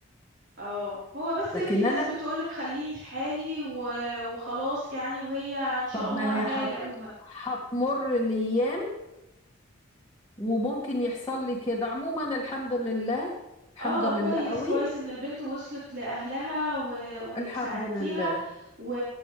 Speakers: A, on the right; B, on the left.
A: اه هو بس
B: لكن
A: في ناس
B: انا
A: بتقولك خليني في حالي و... وخلاص يعني وهي ان شاء
B: طب
A: الله
B: ما
A: اهلها
B: هي حت
A: يلاقوها
B: هتمر الايام وممكن يحصل لي كده عموما الحمد لله الحمد
A: اه
B: لله
A: كويس
B: قوي
A: كويس ان البنت وصلت لاهلها و... وانك
B: الحمد
A: ساعدتيها
B: لله
A: و...